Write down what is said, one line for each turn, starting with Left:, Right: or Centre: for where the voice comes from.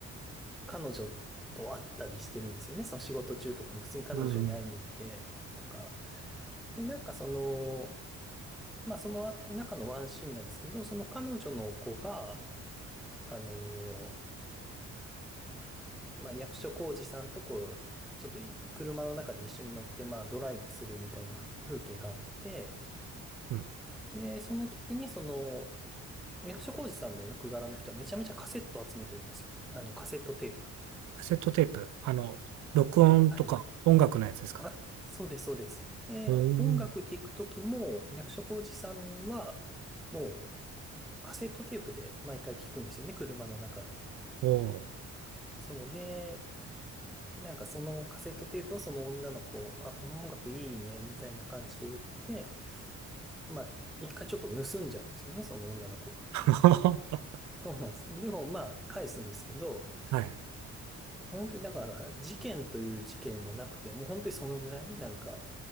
Centre: 彼女と会ったりしてるんですよね。その仕事中とかに普通に彼女に会いに行ってとか。
Right: うん。
Centre: で、なんかその、まあその中のワンシーンなんですけど、その彼女の子が、あの、まあ役所広司さんとこう、ちょっとい車の中で一緒に乗って、まあドライブするみたいな風景があって、
Right: うん。
Centre: で、その時にその役所広司さんの役柄の人はめちゃめちゃカセット集めてるんですよ。あのカセットテープ。
Right: カセットテープ、あの、録音とか音楽のやつですか？
Centre: はい。あ、そうです、そうです。で、
Right: おー
Centre: 音楽聴く時も役所広司さんはもうカセットテープで毎回聴くんですよね、車の中で。
Right: おー。
Centre: そうで、なんかそのカセットテープをその女の子、あ、この音楽いいね、みたいな感じで言って、まあ、一回ちょっと盗んじゃうんですよね、その女の子は。
Right: <laughs> お
Centre: そうなんです。でもまあ、返すんですけど、
Right: はい。
Centre: 本当にだから、事件という事件はなくて、もう本当にそのぐらい、なんか、